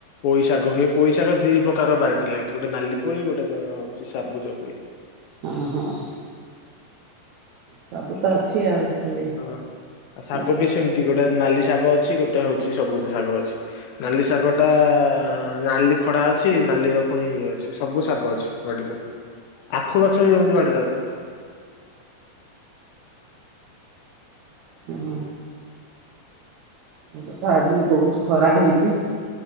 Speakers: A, on the left; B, on the right.
A: ପୋଇଶାଗ ହୁଏ। ପୋଇଶାଗ ଦି ପ୍ରକାର ବାଡିରେ ଲାଗିଛି। ଗୋଟେ ନାଲି ପୋଇ ଗୋଟେ ଦେ ହଉଛି ସବୁଜ ପୋଇ।
B: ଅ ହଁ। ସବୁ ତ ଅଛି ଆଉ। ଖାଲି
A: ହଁ। ଶାଗ
B: ଆଉ କାହିଁ
A: ବି ସେମିତି। ଗୋଟେ ନାଲି ଶାଗ ଅଛି ଗୋଟେ ହଉଛି ସବୁଜ ଶାଗ ଅଛି। ନାଲି ଶାଗ ଟା ନାଲି ଖଡା ଅଛି। ନାଲିର ପୁଣି ଇଏ ଅ ଛି। ସବୁ ଶାଗ ଅଛି ବାଡିରେ। ଆଖୁ ଗଛ ବି ଏମିତି ବାଡିରେ ଅଛି।
B: ହୁଁ ଏବେ ତ
A: ହଉ।
B: ଆଜି ବହୁତ ଖରା ହେଇଛି?